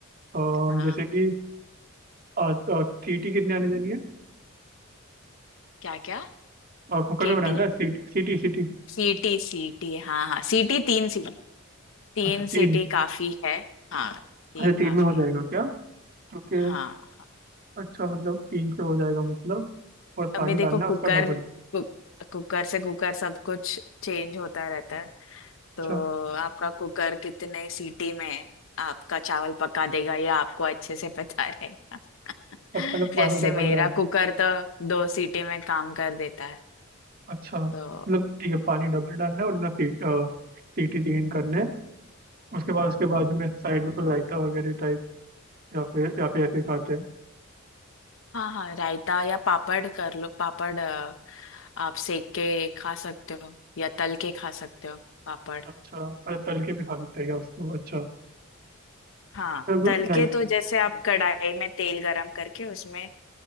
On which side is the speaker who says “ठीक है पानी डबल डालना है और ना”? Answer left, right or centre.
Right